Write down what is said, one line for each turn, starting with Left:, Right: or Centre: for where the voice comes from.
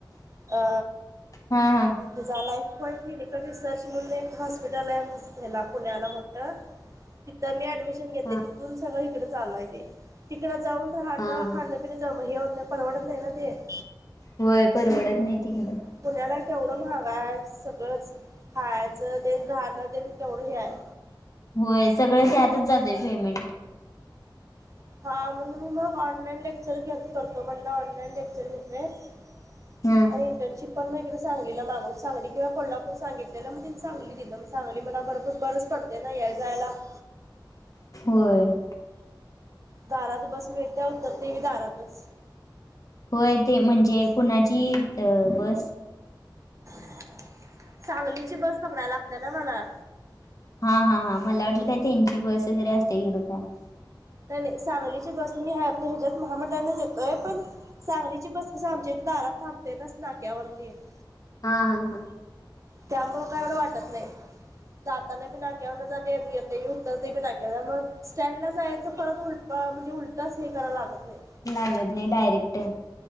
Right: अ
Left: हा हा
Right: <inaudible> हझालाफ क्लिनिकल रिसर्च म्हणून एक हॉस्पिटल आहेला पुण्याला मत <inaudible> <inaudible> तिथं मी ऍडमिशन घेतले
Left: हा
Right: तिथून सगळं इकडे चालू आहे ते तिकडं जाऊन राहण
Left: हा हा
Right: खाण पिण्या जा हे होत नाही परवडत नाही ना ते <inaudible>
Left: होय परवडत नाही तिकडें <inaudible>
Right: पुण्याला केवढं महागा आहे सगळंच खायचं देण राहण देण केवढं हे आहे
Left: होय सगळं त्यातच जातय पेमेंट <inaudible>
Right: <inaudible> हा म्हणून मी मग ऑनलाईन लेक्चर घ करतो म्हणलं ऑनलाईन लेक्चर घेतले <inaudible>
Left: हा
Right: आणि इंटर्नशिप पण मग इकडे सांगलीला माग सांगली किंवा कोल्हापूर सांगितली दिला मग तिने चांगली दिली मग सांगली मला बरपूच बरच पडते ना हे जायला <inaudible>
Left: होर <inaudible>
Right: दारात बस मिळ त्या्या उतरते मी दारातच <inaudible>
Left: होय ते म्हणजे कुणाची बस <inaudible>
Right: <inaudible> सांगलीची बस पकडायला लागते ना मला
Left: हा हा हा मला वाटलं काय त्यांची बस वगैरे असते इकडं काय <inaudible>
Right: नाही सांगलीची बस मी आपल्या ह्याच्यात महामंडळने येतोय पण सांगलीची बस कसं आमच्या इथे दारात थांबते नास नाक्यावरती <inaudible>
Left: हा हा हा <inaudible>
Right: त्यामुळं काय एवढं वाटत नाही <inaudible> जाताने बी नाक्याव न जाते उत्तर तेी ना्या मग स्टँडला जायच परत उल म्हणजे उलट हे करा लागत नाही
Left: लागजने डयरक्ट <inaudible>